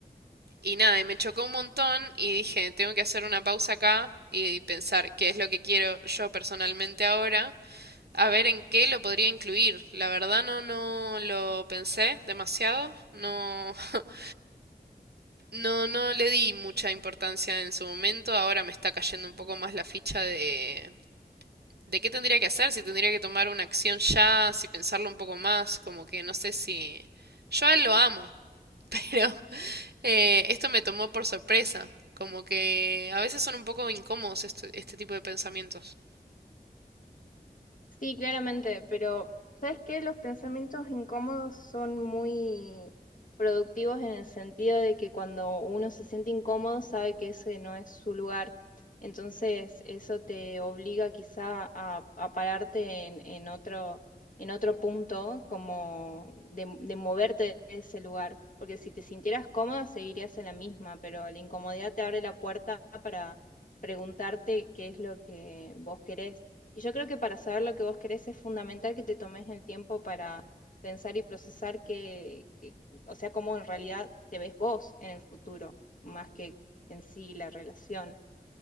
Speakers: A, on the right; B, on the left.
A: y nada, y me chocó un montón y dije, tengo que hacer una pausa acá y pensar qué es lo que quiero yo personalmente ahora, a ver en qué lo podría incluir. La verdad no, no lo pensé demasiado, no, <laughs> no, no le di mucha importancia en su momento, ahora me está cayendo un poco más la ficha de ¿De qué tendría que hacer? Si tendría que tomar una acción ya, si pensarlo un poco más, como que no sé si... Yo a él lo amo, <laughs> pero eh, esto me tomó por sorpresa, como que a veces son un poco incómodos este, este tipo de pensamientos.
B: Sí, claramente, pero ¿sabes qué? Los pensamientos incómodos son muy productivos en el sentido de que cuando uno se siente incómodo sabe que ese no es su lugar. Entonces, eso te obliga quizá a, a pararte en, en otro, en otro punto, como de, de moverte de ese lugar. Porque si te sintieras cómoda, seguirías en la misma, pero la incomodidad te abre la puerta para preguntarte qué es lo que vos querés. Y yo creo que para saber lo que vos querés es fundamental que te tomes el tiempo para pensar y procesar que, que- o sea, cómo en realidad te ves vos en el futuro, más que en sí la relación,